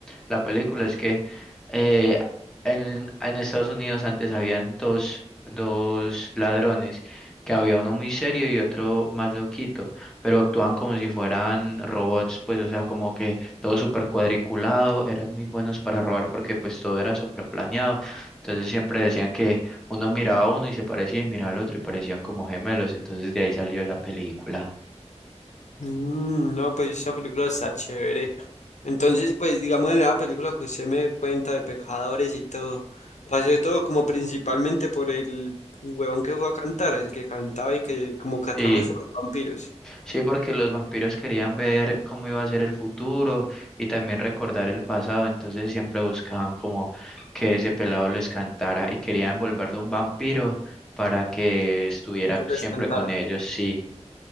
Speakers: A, in the centre; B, on the left.
A: la película es que eh, en, en Estados Unidos antes habían dos, dos ladrones, que había uno muy serio y otro más loquito, pero actuaban como si fueran robots, pues o sea, como que todo súper cuadriculado, eran muy buenos para robar porque pues todo era súper planeado, entonces siempre decían que uno miraba a uno y se parecía y miraba al otro y parecían como gemelos, entonces de ahí salió la película.
B: Mm, no, pues esa película está chévere. Entonces, pues digamos en la película que usted me dé cuenta de pecadores y todo, pasó todo como principalmente por el huevón que fue a cantar, el que cantaba y que como que atrajo
A: Sí.
B: eso a los vampiros,
A: Sí, porque los vampiros querían ver cómo iba a ser el futuro y también recordar el pasado, entonces siempre buscaban como que ese pelado les cantara y querían volverlo un vampiro para que estuviera
B: que
A: siempre
B: les cantara.
A: con ellos. Sí,